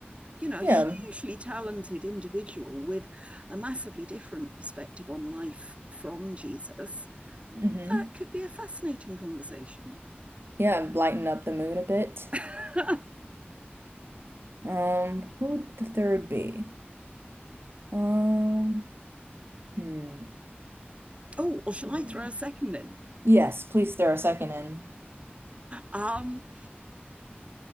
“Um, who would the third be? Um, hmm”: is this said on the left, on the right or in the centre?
Right